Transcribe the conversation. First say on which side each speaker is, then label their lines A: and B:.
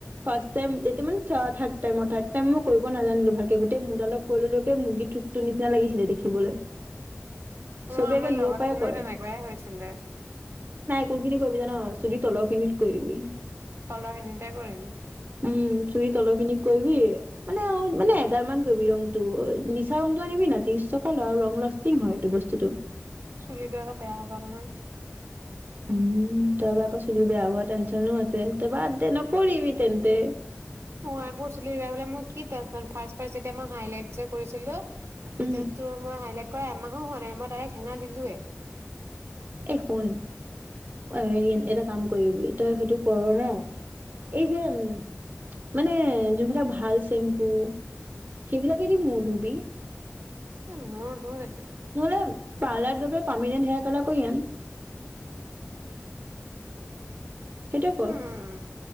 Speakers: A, on the right (about 45°); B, on the right (about 85°).
A: ফাৰ্ষ্ট টাইম এইটো মানে থা থাৰ্ট টাইম অ থাৰ্ট টাইম মই কৰিব নাজানিলো ভালকে গোটেই মোৰডালক কৰি <unintelligible> ললো মুৰ্গী ঠটো নিচিনা লাগিছিলে দেখিবলৈ
B: উ
A: চবে
B: মই আমাৰ
A: একে দূৰৰ
B: লগৰজনীও
A: পৰাই কয়
B: তেনেকুৱাই হৈছিলে
A: কোন খিনি কৰিবি জান ন চুলি তলৰ খিনিত কৰিবি
B: তলখিনিতে কৰিম
A: উম চুৰি তলৰ খিনিক কৰিবি মানে আও মানে এগাল মান কৰিবি ৰংটো নিচা ৰংটো আনিবি না ত্ৰিছ টকা লয় আৰু ৰং লাষ্টিং হয় এইটো বস্তুটো
B: চুলিটো আকৌ বেয়া হব নহয়
A: উম তাৰপৰা আকৌ চুলি বেয়া হোৱা টেনচনো আছে তাৰপৰা আ নকৰিবি তেন্তে
B: উ আই বোৰ চুলি বেয়া হ'লে <unintelligible> তেতিয়া মই হাইলাইট যে কৰিছিলো তেতিয়া
A: উম
B: তোৰ মা হাইলাইট কৰা এমাহো হোৱা নাই মই ডাইৰেক্ট সেনা দিলোৱে
A: এ শুন হেৰি এটা কাম কৰিবি তই সেইটো কৰ ন এই যে উ মানে যোনবিলাক ভাল চেম্পু সেইবিলাকেদি মোৰ ধু বি
B: এ মোৰ ধৰ
A: নহ'লে পাৰ্লাৰত গৈ পেলে পাৰ্মিনেন্ট হেয়াৰ কালাৰ কয়ি আন সেইটোৱে কৰ
B: উম,